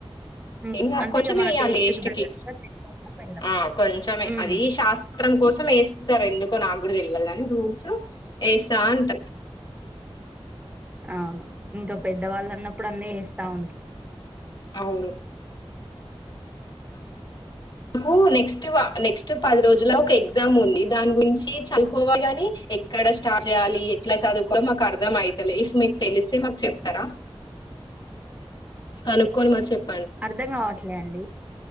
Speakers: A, on the right; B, on the left.
A: ఉమ్,
B: ఇం
A: అంటే
B: కొెం
A: ఇక
B: వేయాలి
A: మన టేస్ట్
B: ఎస్టీకే
A: కి తగ్గట్టుగా తింటాం, పెడదాం.
B: ఆ కొంచమే
A: ఉమ్
B: అది శాస్త్రం కోసం రు వేస్తారు ఎందుకో నాకు కూడా తెల్లదు కాని రూల్స్ వేస్తా అంట
A: అవును ఇంకో పెద్దవాళ్ళు అన్నప్పుడు అన్నే వేస్తా ఉంటారు
B: అవును కు నెక్స్ట్ వ నెక్స్ట్ పది రోజుల ఒక ఎగ్జామ్ ఉంది దాని గురించి చదువుకోవాలిగాని ఎక్కడ స్టార్ట్ చేయ్యాలి ఎట్లా చదువుకో మాకు అర్ధం అయితలే ఇఫ్ మీకు తెలిస్తే మాకు చెప్తారా కనుక్కోని మరి చెప్
A: అర్ధం కావట్లే అండి